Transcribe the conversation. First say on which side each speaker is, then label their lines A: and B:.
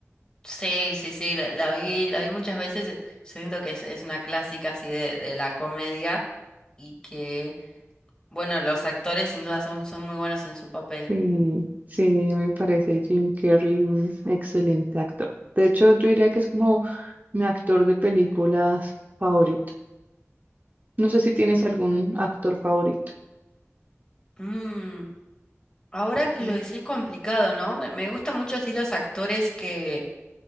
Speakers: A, on the left (about 15°); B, on the right (about 35°).
A: Sí, sí, sí, la, la vi, la vi muchas veces. Siento que es, es una clásica así de, de la comedia y que, bueno, los actores sin duda son, son muy buenos en su papel.
B: Sí, sí, me parece Jim Carrey un excelente actor. De hecho, yo diría que es como mi actor de películas favorito. No sé si tienes algún actor favorito.
A: Mm, ahora
B: Entonces,
A: que lo decís complicado, ¿no? Me, me gustan mucho así los actores que,